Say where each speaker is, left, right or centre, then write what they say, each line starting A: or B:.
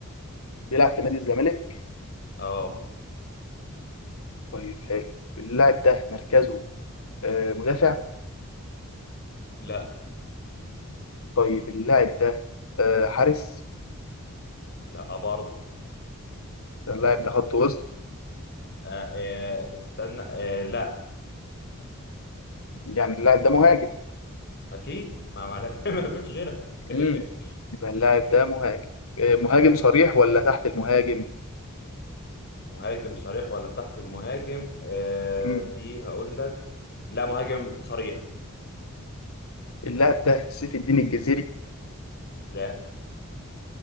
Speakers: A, on the left; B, on the left.
A: بيلعب في نادي الزمالك
B: اه
A: طيب حلو اللاعب ده مركزه آه، مدافع
B: لا
A: طيب اللاعب ده آه، حارس
B: لا آه، برضه
A: اللاعب ده خط وسط
B: آه آه، استنى آه لا
A: يعني اللاعب ده مهاجم
B: اكيد ما ما <laughs> ما فيش غيرها <laughs>
A: امم يبقى اللاعب ده مهاجم آه، مهاجم صريح ولا تحت المهاجم
B: مهاجم صريح ولا تحت المهاجم آه
A: مم.
B: دي هقول لك لا مهاجم صريح
A: اللاعب ده سيف الدين الجزيري
B: لا